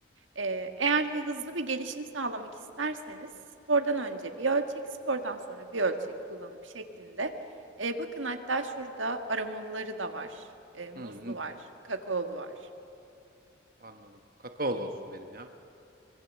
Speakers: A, on the right; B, on the right.
A: Eee, eğer hızlı bir gelişim sağlamak isterseniz spordan önce bir ölçek, spordan sonra bir ölçek kullanım şeklinde. Eee, bakın hatta şurada aromalıları da var. Eee, muzlu
B: Hı.
A: var, kakaolu var.
B: Anladım. Kakaolu olsun benim ya.